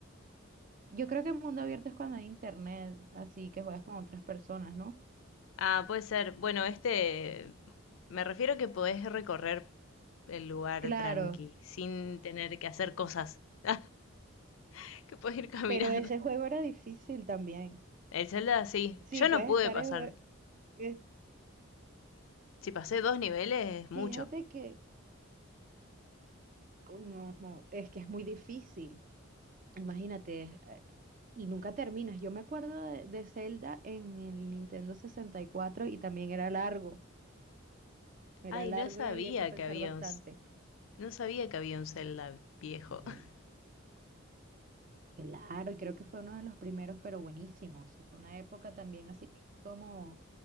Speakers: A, on the right; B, on the left.
A: Yo creo que el mundo abierto es cuando hay internet, así que juegas con otras personas, ¿no?
B: Ah, puede ser. Bueno, este, me refiero que podés recorrer el lugar
A: Claro,
B: tranqui, sin tener que hacer cosas, <laughs> que podés ir caminando.
A: pero ese juego era difícil también.
B: El Zelda, sí.
A: Sí,
B: Yo
A: puedes
B: no pude
A: estar...
B: pasar.
A: en es-
B: Si pasé dos niveles, es mucho.
A: Fíjate que... No, jo, es que es muy difícil. Imagínate, eh, y nunca terminas. Yo me acuerdo de, de Zelda en el Nintendo sesenta y cuatro y también era largo. Era
B: Ay,
A: largo
B: no sabía
A: y había que pensar
B: que había
A: bastante.
B: un, s- no sabía que había un Zelda viejo.
A: Sí,
B: <laughs>
A: claro, y creo que fue uno de los primeros, pero buenísimo. Eso fue una época también así como